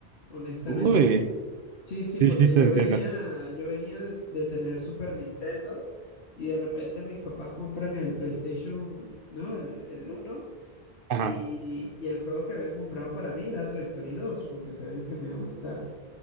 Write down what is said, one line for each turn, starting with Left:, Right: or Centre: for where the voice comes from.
Left: honestamente.
Right: Uy,
Left: Sí, sí,
Right: sí,
Left: porque
Right: sí te
Left: yo
Right: entiendo.
Left: venía, yo venía de, de tener Super Nintendo y de repente mis papás compran el PlayStation, ¿no? El, el uno
Right: Ajá,
Left: y, y el juego que habían comprado para mí era Toy Story 2 porque sabían que me iba a gustar.